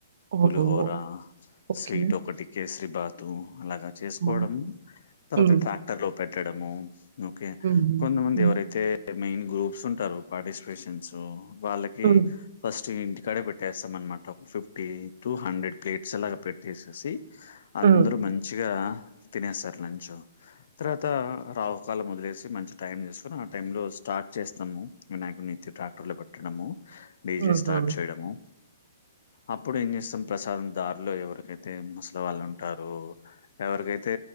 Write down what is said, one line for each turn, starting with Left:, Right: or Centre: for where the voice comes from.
Right: ఓహో!
Left: పులిహోర
Right: ఓకే.
Left: స్వీట్ ఒకటి కేసరి బాతు అలాగా చేసుకోవడము
Right: ఆ!
Left: తర్వాత
Right: హ్మ్.
Left: ట్రాక్టర్ లో పెట్టడము ఓకే
Right: హుహు.
Left: కొంతమంది
Right: హ్మ్.
Left: ఎవరైతే మెయిన్ గ్రూప్స్ ఉంటారు పార్టిసిపేషన్స్ వాళ్ళ కి
Right: హ్మ్.
Left: ఫస్ట్ ఇంటికడే పెట్టేస్తాం అనమాట ఫిఫ్టీ టూ హండ్రెడ్ ప్లేట్స్ లా పె తీసేసి అందరు
Right: హ్మ్.
Left: మంచిగా తినేస్తారు లంచ్ తర్వాత రాహుకాలం వదిలేసి మంచి టైం చుసుకుని ఆ టైమ్ లో స్టార్ట్ చేస్తాము వినాయకుడిని ఎత్తి ట్రాక్టర్ లో పెట్టడము డీజే
Right: హుహు.
Left: స్టార్ట్ చేయడము అప్పుడు ఏం చేస్తాం ప్రసాదం దారిలో ఎవరికైతే ముసలి వాళ్ళు ఉంటారో ఎవరికైతే